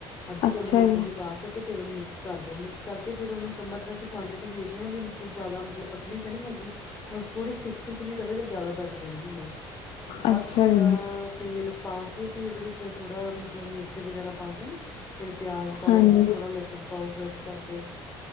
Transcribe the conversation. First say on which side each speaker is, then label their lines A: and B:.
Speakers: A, on the left; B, on the left.
A: ਅੱਧੀ
B: ਅੱਛਾ
A: ਕੌਲੀ ਵੇਸਣ
B: ਜੀ
A: ਦੀ ਪਾ। ਤੇ ਫੇਰ ਉਹਨੂੰ ਮਿਕਸ ਕਰਦੇ ਹਾਂ, ਮਿਕਸ ਕਰਕੇ ਫਿਰ ਉਹਨੂੰ ਚਮਚ ਚ ਕੁਆਂਟਿਟੀ ਵੇਖ। ਵੀ ਜਿਆਦਾ ਮਤਲਬ ਪਤਲੀ ਤਾਂ ਨੀ ਹੈਗੀ। ਹੁਣ ਥੋੜ੍ਹੀ ਥਿੱਕ ਥਿੱਕ ਵੀ ਰਵੇ ਤੇ ਜ਼ਿਆਦਾ ਬੈਟਰ ਰਹਿੰਦੀ ਹੈ ਬਸ
B: ਅੱਛਾ
A: ਫੇਿਰ
B: ਜੀ
A: ਤੇਲ। ਪਾ ਕੇ ਤੇ ਉਹਦੇ ਵਿੱਚ ਥੋੜਾ ਮਤਲਬ ਮੇਥਰੇ ਵਗੈਰਾ ਪਾ ਕੇ ਨਾ ਫੇਰ ਪਿਆਜ। ਪਾਓ
B: ਹਾਂਜੀ
A: ਤੇ ਥੋੜਾ ਲਸਣ ਪਾਓ ਕ੍ਰਸ਼ ਕਰਕੇ